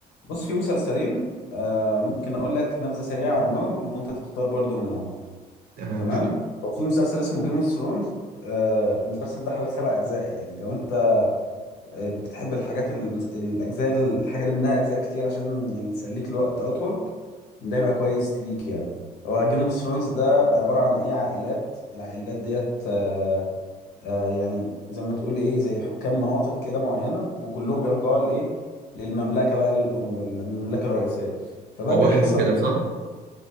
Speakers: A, on the left; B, on the right.
A: بص في مسلسلين آه ممكن اقول لك نبذة سريعة عنهم وانت تختار برضو منهم
B: تمام
A: تمام
B: مش
A: وفي مسلسل اسمه جيم اوف ثرونز آه المسلسل ده حوالي سبع اجزاء يعني لو انت آه، بتحب الحاجات المس... الاجزاء الحاجة اللي منها اجزاء كتير عشان يعني تسليك الوقت اطول ده يبقى كويس ليك يعني هو جيم اوف ثرونز ده عبارة عن ايه عائلات العائلات ديت آه، آه يعني زي ما تقول ايه زي حكام مناطق كده معينه وكلهم بيخضعوا لايه للمملكه بقى الام المملكه الرئيسيه فبقى
B: موبايل
A: بيحصل
B: وكده صح؟